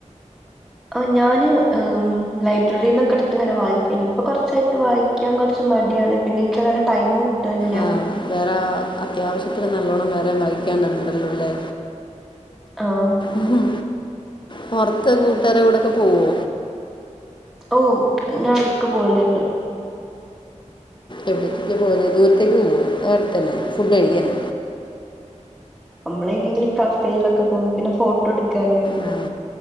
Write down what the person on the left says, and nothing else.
ആ വേറെ അത്യാവശ്യത്തിന് നല്ലോണ്ണം വേറെ വായിക്കാണ്ടല്ലോ ല്ലേ
ഉം പുറത് കൂട്ടുകാര കൂടെക്കെ പോവോ
എവിടത്തേക്ക പോകുന്നെ ദൂരത്തേക്ക് പോവോ അടെ അടുത്തന്നെ ഫുഡ് കഴിക്കാന
ആ